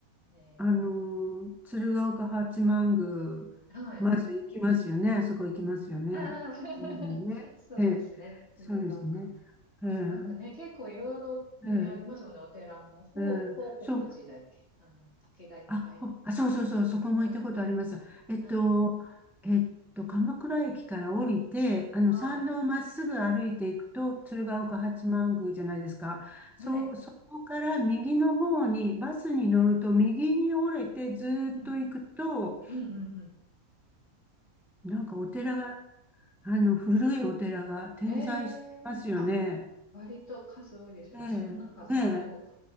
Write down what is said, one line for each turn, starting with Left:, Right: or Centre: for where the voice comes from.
Left: ん。え
Centre: あのー、鶴岡八幡宮、
Left: ー、はい。
Centre: まず行きますよね。
Left: <laughs>
Centre: そこ行きますよね。
Left: ああ、<laughs>
Centre: うんね。
Left: そうですね。
Centre: ええ、
Left: 鶴岡。
Centre: そうですね。
Left: あとなんかね、
Centre: ええ、
Left: 結構いろいろね、
Centre: ええ、
Left: ありますもんね。お寺も、ほう、
Centre: ええ、
Left: 報国寺だっけあの、
Centre: そう、
Left: 竹がいっぱい
Centre: あ、ほあ、そうそうそう、そこも行ったことあります。
Left: う
Centre: えっと、
Left: ん、はい、
Centre: えっと、鎌倉駅から降りて、あの、
Left: はい、
Centre: 参道をまっすぐ歩いていくと、鶴岡八幡宮じゃないですか。そう、
Left: うんはい、
Centre: そこから右の方に、バスに乗ると右に折れてずーっと行くと、
Left: うん、うん、うん。うん
Centre: なんかお寺が、あの、古いお寺が点在してますよね。
Left: ええあ、割と数多いですよね。
Centre: ええ、
Left: 私もなんかちゃんと
Centre: ね